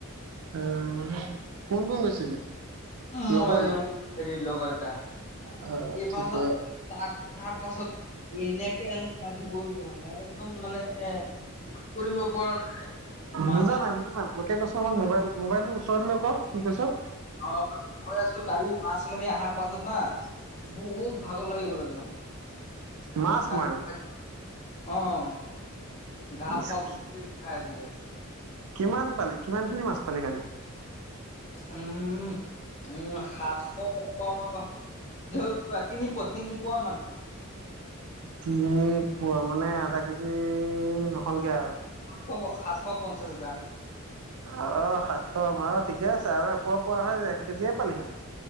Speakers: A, on the right; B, on the left.
A: আহ, কোন কোন গৈছিলি?
B: মই
A: লগৰলে
B: আৰু হেৰি লগৰ এটা।
A: অ
B: এই
A: ঠিকে
B: পাছত ত তাৰ পাছত এনে এনেকা লাগি গ'ল নহয়, একদম মানে একো কৰিব পৰা নাই। মাথা
A: বুজা নাই, বুজা নাই, মুখে কৈছ মই মোবাইল মোবাইলটোৰ ওচৰ লৈ ক কি কৈছ?
B: অ' কৈ আছোঁ, কালি মাছ মাৰি অহাৰ পাছত না বহুত ভাগৰ লাগি গ'ল একদম। <inaudible>
A: মাছ
B: গা
A: মাৰি
B: পা অ' গা
A: ইচ
B: পা গোটেই
A: কি
B: খাই আছিলে।
A: কিমান পালি, কিমান খিনি মাছ পালি কালি?
B: উম, উম, সাতশ টকা মানে <inaudible> <unintelligible> তিনি পোৱা, তিনি পোৱা মান।
A: তিনি পোৱা মানে আধা কেজি নহ'লগে আৰু?
B: সাতশ-সাতশ পঞ্চাশ গ্ৰাম।
A: অ' সাতশ, বাৰু ঠিকে আছে আৰু এপোৱা পোৱা হ'লে, এক কেজিয়ে পালি হয়।